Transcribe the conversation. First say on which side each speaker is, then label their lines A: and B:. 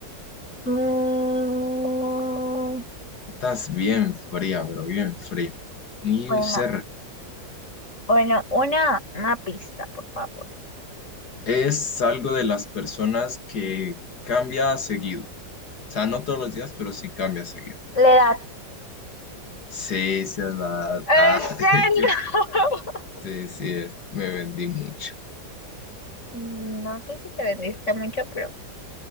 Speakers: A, on the left; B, on the left.
A: Mm,
B: Estás bien fría, pero bien fría. Ni
A: bueno,
B: un cerca.
A: bueno, una, una pista, por favor.
B: Es algo de las personas que cambia seguido. O sea, no todos los días, pero sí cambia seguido.
A: La edad.
B: Sí, sí, es verdad.
A: ¿En
B: Ah,
A: serio?
B: <laughs> es que
A: <laughs>
B: sí, sí, es. Me vendí mucho.
A: No sé si te vendiste mucho, pero